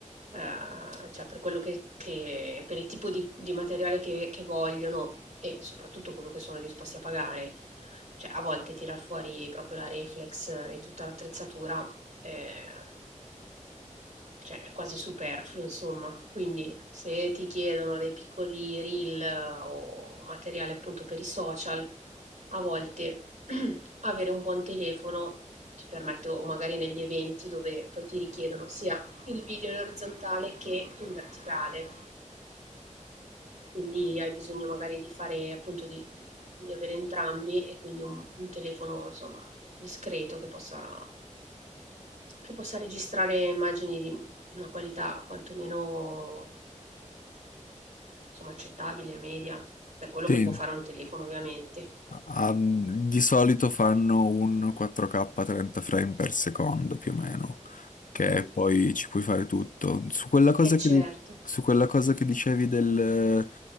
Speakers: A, on the right; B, on the left.
A: ehm, cioè per quello che che per il tipo di di materiale che che vogliono e soprattutto quello che sono disposti a pagare. Cioè a volte tirar fuori proprio la reflex e tutta l'attrezzatura, ehm, cioè è quasi superfluo insomma. Quindi se ti chiedono dei piccoli reel o materiale appunto per i social, a volte <clears throat> avere un buon telefono ti permette o magari negli eventi dove poi ti richiedono sia il video in orizzontale che in verticale, quindi hai bisogno magari di fare appunto di, di avere entrambi e quindi un, un telefono insomma discreto che possa, che possa registrare immagini di una qualità quantomeno insomma accettabile, media, per quello
B: Sì,
A: che può fare un telefono ovviamente.
B: Ah, di solito fanno un 4K 30 frame per secondo più o meno, che
A: Mm,
B: poi ci puoi fare tutto. Su quella cosa
A: è certo.
B: che, di- su quella cosa che dicevi del...